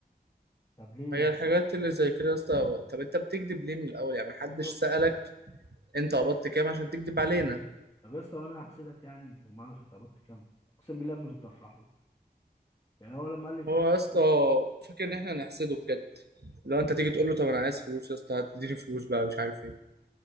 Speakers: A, on the left; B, on the right.
A: طب ليه
B: هي
A: يا ابني
B: الحاجات اللي زي كده يا اسطى طب انت بتكذب ليه من الاول يعني محدش
A: بالظبط
B: سألك انت قبضت كام عشان تكذب علينا
A: طب يا اسطى وانا هحسدك يعني لما اعرف انت قبضت كام اقسم بالله يا ابني كنت افرح له يعني هو لما قال لي كده
B: هو
A: 5000
B: يا اسطى فاكر ان احنا هنحسده بجد لو انت تيجي تقول له طب انا عايز فلوس يا اسطى هتديني فلوس بقى مش عارف ايه